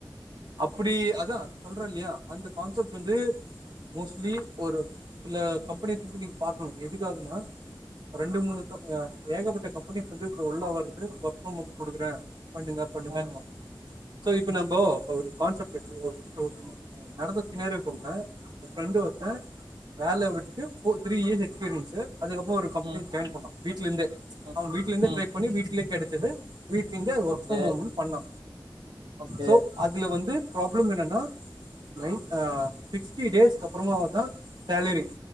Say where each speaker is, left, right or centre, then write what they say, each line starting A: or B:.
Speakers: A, on the right; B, on the right.
A: அப்டி அதா சொல்றேன்ல்லையா அந்த கான்செப்ட் வந்து மோஸ்ட்லி ஒரு சில கம்பனிஸ் பத்தி நீங்க பாக்கணும் எதுக்காகன்னா ரெண்டு மூணு கம் அ ஏகப்பட்ட கம்பனிஸ் வந்து இப்ப உள்ள வருது ஒர்க் ஃப்ரம் ஹோம் குடுக்கறேன் பண்ணுங்க பண்ணுங்கனுவாங்க
B: ம்
A: சோ இப்ப நம்ம ஒரு கான்செப்ட் எடு <inaudible> நடந்தத பின்னாடி சொல்றே ஃப்ரெண்டு ஒர்த்தன் வேல விட்டு ஃபோர் த்ரீ இயர்ஸ் எக்ஸ்பீரியன்ஸு அதுக்கப்போ ஒரு கம்பனி
B: ம்
A: ஜாயின் பண்ணான் வீட்லேந்தே
B: ம்
A: அவன் வீட்லேந்தே
B: ம்
A: டிரை பண்ணி வீட்லயே கடச்சது வீட்லேந்தே அது ஒர்க்
B: ஓகே
A: ஃப்ரம் ஹோம்னு பண்ணா
B: ஓகே
A: சோ அதுல வந்து பராப்ளம் என்னன்னா நைட் ஆ சிக்ஸ்டி டேஸ்கப்புறமாதா சாலரி